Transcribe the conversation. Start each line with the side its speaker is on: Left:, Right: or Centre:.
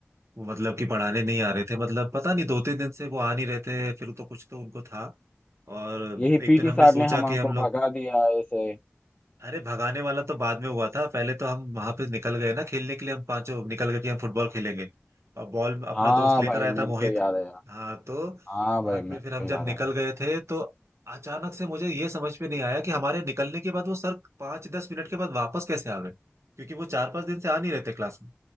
Right: वो मतलब कि पढ़ाने नहीं आ रहे थे मतलब पता नहीं दो तीन दिन से वो आ नहीं रहे थे फिर तो कुछ तो उनको था और
Left: यही
Right: एक
Left: पीटी
Right: दिन हमने
Left: सर
Right: सोचा
Left: ने हमको
Right: कि हम लोग
Left: भगा दिया ऐसे
Right: अरे भगाने वाला तो बाद में हुआ था पहले तो हम वहां पे निकल गए ना खेलने के लिए हम पांचों निकल गए कि हम फुटबॉल खेलेंगे और बॉल अपना
Left: हाँ
Right: दोस्त लेकर
Left: भाई
Right: आया
Left: मेरे
Right: था मोहित
Left: को तो याद है
Right: हाँ तो
Left: हाँ भाई
Right: बाद
Left: मेरे
Right: में
Left: को
Right: फिर हम
Left: तो
Right: जब
Left: याद
Right: निकल
Left: है
Right: गए थे तो अचानक से मुझे ये समझ में नहीं आया कि हमारे निकलने के बाद वो सर पांच दस मिनट के बाद वापस कैसे आ गए क्योंकि वो चार पांच दिन से आ नहीं रहे थे क्लास में